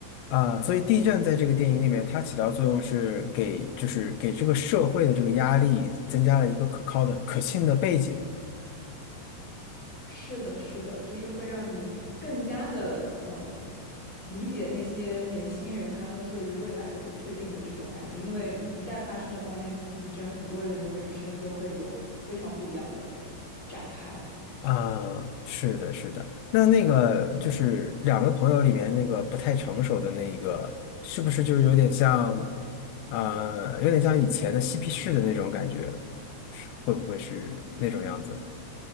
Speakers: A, on the left (about 85°); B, on the left (about 30°).
A: 啊，所以地震在这个电影里面，它起到作用是给，就是给这个社会的这个压力增加了一个可靠的、可信的背景。
B: 是的，是的，就是会让你更加的嗯、呃理解那些年轻人他们对于未来的不确定的这种感觉，因为一旦发生了灾难性的地震，很多人的人生都会有非常不一样的展开。
A: 啊，是的，是的。那那个就是两个朋友里面那个不太成熟的那一个，
B: 嗯
A: 是不是就有点像，呃，有点像以前的嬉皮士的那种感觉？是会不会是那种样子？
B: 嗯。